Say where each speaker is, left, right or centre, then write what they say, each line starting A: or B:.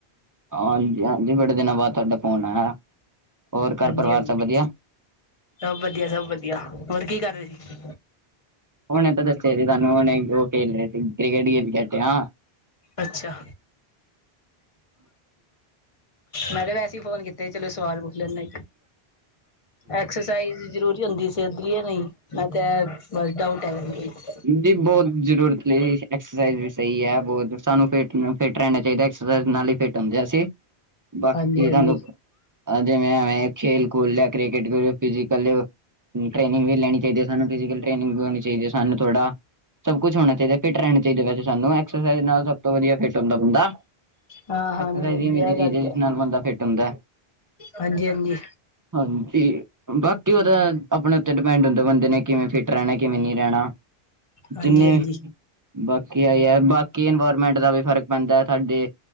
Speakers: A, on the right; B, on the left.
A: ਹਾਂਜੀ -ਹਾਂਜੀ ਬੜੇ ਦਿਨਾਂ ਬਾਅਦ ਤੁਹਾਡਾ ਫੋਨ ਆਇਆ। ਹੋਰ ਘਰ
B: ਹਾਂਜੀ
A: ਪਰਿਵਾਰ
B: -ਹਾਂਜੀ
A: ਸਭ ਵਧੀਆ?
B: ਸਭ ਵਧੀਆ, ਸਭ ਵਧੀਆ ਹੋਰ ਕੀ ਕਰਦੇ ਸੀ?
A: ਹੁਣੇ ਤਾਂ ਦੱਸਿਆ ਸੀ ਤੁਾਨੂੰ ਹੁਣੇ, ਉਹ ਖੇਲ ਰਹੇ ਸੀ ਕ੍ਰਿਕਟ ਖੇਲ ਕੇਠੇ ਹਾਂ।
B: ਅੱਛਾ। ਮੈਂ ਤੇ ਵੈਸੇ ਹੀ ਫੋਨ ਕੀਤੇ ਚਲੋ ਸਵਾਲ ਪੁੱਛ ਲੈਂਦਾ। ਐਕਸਰਸਾਈਜ਼ ਜ਼ਰੂਰੀ ਹੁੰਦੀ। ਸਿੱਧਲੀਏ ਨਹੀਂ ਮੈਂ ਤੇ ਬਸ ਡਾਊਟ ਹੈਗਾ।
A: ਜੀ ਬਹੁਤ ਜ਼ਰੂਰਤ ਲਈ ਜੀ ਐਕਸਰਸਾਈਜ਼ ਵੀ ਸਹੀ ਹੈ ਬਹੁਤ ਸਾਨੂੰ ਫਿਟ ਫਿੱਟ ਰਹਿਣਾ ਚਾਹੀਦਾ ਐਕਸਰਸਾਈ ਨਾਲ ਹੀ ਫਿੱਟ ਹੁੰਦੇ ਅਸੀ। ਬਾਕੀ
B: ਹਾਂਜੀ ਹਾਂਜੀ
A: ਤੁਹਾਨੂੰ ਅੱਜ ਮੈਂ ਖੇਲ ਕੋਲ ਲਿਆ ਕ੍ਰਿਕਟ, ਖਲ ਫਿਕਲੀ ਟ੍ਰੇਨਿੰਗ ਵੀ ਲੈਣੀ। ਚਾ ਸੂੰ ਫਲ੍ਰਨਿੰਗ ਹੋਣੀ ਚਾਹੀਦੀ ਹੈ। ਸਾਨੂੰ ਥੋੜਾ ਸਭ ਕੁਛ ਹੋਣਾ ਚਾਹੀਦਾ। ਫਟਹਿ ੲਇਸ ਜਗੵਸਾਨੂੰ ਐਕਸ ਨਾਲ ਸਭ ਤੋਂ ਵਧੀਆ ਫਿਟ ਹੁੰਦਾ ਬੰਦਾ।
B: ਹਾਂ ਹਾਂਜੀ
A: ਐਕਸਰਸਾਈਜ਼
B: ਹਾਂਜੀ
A: ਦੀ ਅਮੀਜ਼
B: ਇਹ
A: ਚੀਜ਼
B: ਗੱਲ
A: ਹੈ
B: ਤਾਂ
A: ਜਿਸ ਨਾਲ ਬੰਦਾ ਫਿੱਟ ਹੁੰਦਾ ਹੈ।
B: ਹਾਂਜੀ -ਹਾਂਜੀ।
A: ਹਾਂਜੀ -ਬਾਕੀ ਉਹਦਾ ਆਪਣੇ ਉੱਤੇ ਡਿਪੈਂਡ ਹੁੰਦਾ ਬੰਦੇ ਨੇ ਕਿਵੇਂ ਫਿੱਟ ਰਹਿਣਾ ਕਿਵੇਂ ਨਹੀਂ ਰਹਿਣਾ।
B: ਹਾਂਜੀ
A: ਜਿੰਨੇ।
B: ਹਾਂਜੀ
A: ਬਾਕੀ ਆ ਯਾਰ ਬਾਕੀ ਇਨਵਾਇਰਮੈਂਟ ਦਾ ਵੀ ਫ਼ਰਕ ਪੈਂਦਾ ਸਾਡੇ।